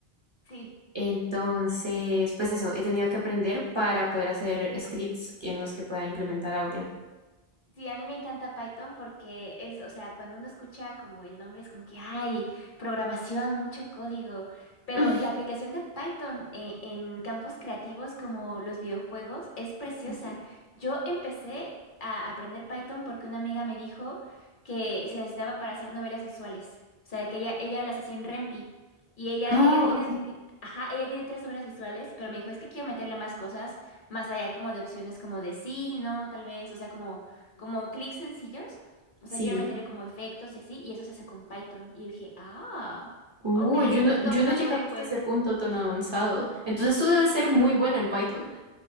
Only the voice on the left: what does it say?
sí.
Sí, a mí me encanta Python porque es, o sea, cuando uno escucha como el nombre es como que hay programación, mucho código, pero
la aplicación de Python eh, en campos creativos como los videojuegos es preciosa.
Yo empecé a aprender Python porque una amiga me dijo que se necesitaba para hacer novelas visuales, o sea, que ella, ella las hacía en Rempi y ella,
ella tiene,
ajá, ella tiene tres novelas visuales, pero me dijo, es que quiero meterle más cosas, más allá como de opciones como de sí, no, tal vez, o sea, como como clics sencillos. O
sea, quiero meterle como efectos y así, y eso se hace con Python. Y dije, ah,
ok,
lo, to-
lo
tomaré en
cuenta.